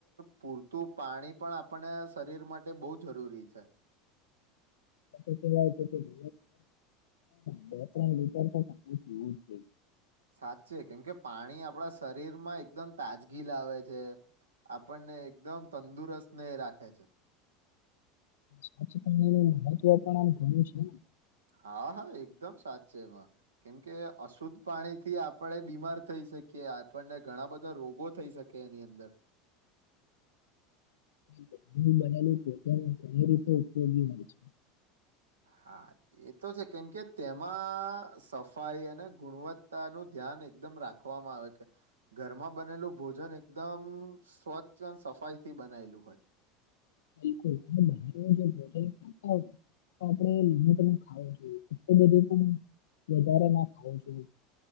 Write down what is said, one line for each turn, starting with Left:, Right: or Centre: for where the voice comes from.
Right: પૂરતું પાણી પણ આપ પણ એ શરીર માટે બહુ જરૂરી છે.
Left: આ તો કેવાય છે કે <inaudible> એ બે ત્રણ લીટર તો <inaudible>
Right: સાચે કેમકે પાણી આપણા શરીર માં એકદમ તાજગી લાવે છે આપણને એકદમ તંદુરસ્ત ને રાખે છે.
Left: સ્વચ્છ પાણી નું મહત્વ પણ આમ ઘણું છે.
Right: હા હા એકદમ સાચેમાં. કેમકે અશુદ્ધ પાણી થી આપણે બીમાર થઈ શકીએ, આપણને ઘણા બધા રોગો થઈ શક કે એની અંદર
Left: <inaudible> બનેલું પો ઘણી રીતે ઉપયોગી હોય છે.
Right: હા એ તો છે કેમ કે તેમાં સફાઈ અને ગુણવત્તા નું ધ્યાન એક એકદમ રાખવામાં આવે કે ઘરમાં બનેલું ભોજન એકદમ સ્વચ્છ અને સફાઈ થી બનાયેલું હોય.
Left: બિલકુલ <inaudible> જો ભોજન ખાતા હોય તો આપણે લમટ ખાવું જોઈએ એટલું બધું પણ વધારે ના ખાવું જોએ.